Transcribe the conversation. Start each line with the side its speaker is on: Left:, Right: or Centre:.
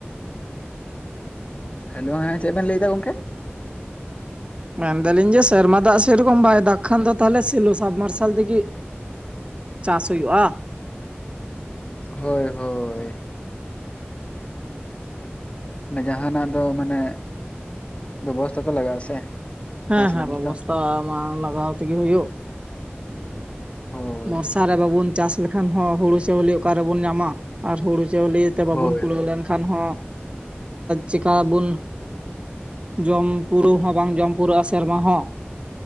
Left: ᱦᱮᱞᱳ ᱦᱮᱸ ᱪᱮᱜ ᱵᱮᱱ ᱞᱟᱹᱭᱮᱫᱫᱟ ᱜᱚᱝᱠᱮ
Right: ᱢᱮᱱᱫᱟᱞᱤᱧ ᱡᱮ ᱥᱮᱨᱢᱟ ᱫᱟᱜ ᱥᱮᱨᱚᱠᱚᱢ ᱵᱟᱭ ᱫᱟᱜ ᱠᱷᱟᱱ ᱫᱚ ᱛᱟᱦᱞᱮ ᱥᱮᱞᱳ ᱥᱟᱵᱢᱟᱨᱥᱟᱞ ᱛᱮᱜᱤ ᱪᱟᱥ ᱦᱚᱭᱩᱜᱼᱟ᱾
Left: ᱦᱳᱭ ᱦᱳᱭ᱾ ᱡᱟᱦᱟᱸᱱᱟᱜ ᱫᱚ ᱢᱟᱱᱮ ᱵᱮᱵᱚᱥᱛᱷᱟ ᱛᱚ ᱞᱟᱜᱟᱜ-ᱟ᱾ ᱥᱮ
Right: ᱦᱮᱸ
Left: ᱪᱟᱥ ᱞᱟᱹᱜᱤᱫ
Right: ᱦᱮᱸ ᱵᱮᱵᱚᱥᱛᱟ
Left: ᱫᱚ
Right: ᱢᱟ ᱞᱟᱜᱟᱣ ᱛᱮᱜᱮ ᱦᱚᱭᱳᱜ᱾
Left: ᱦᱳᱭ
Right: ᱵᱚᱨᱥᱟ ᱨᱮ ᱵᱟᱵᱩᱱ ᱪᱟᱥ ᱞᱮᱠᱷᱟᱱ ᱦᱚᱸ ᱦᱩᱲᱩ ᱪᱟᱣᱞᱮ ᱚᱠᱟᱨᱮᱵᱚᱱ ᱧᱟᱢᱟ ᱟᱨ ᱦᱩᱲᱩ ᱪᱟᱣᱞᱮ ᱛᱮ
Left: ᱦᱳᱭ
Right: ᱵᱟᱵᱚᱱ ᱠᱩᱞᱟᱹᱣ ᱞᱮᱱᱠᱷᱟᱱ ᱦᱚᱸ ᱪᱮᱠᱟ ᱵᱩᱱ ᱡᱚᱢ ᱯᱩᱨᱟᱹᱣ ᱦᱚᱸ ᱵᱟᱝ ᱡᱚᱢ ᱯᱩᱨᱟᱹᱜᱼᱟ᱾ ᱥᱮᱨᱢᱟ ᱦᱚᱸ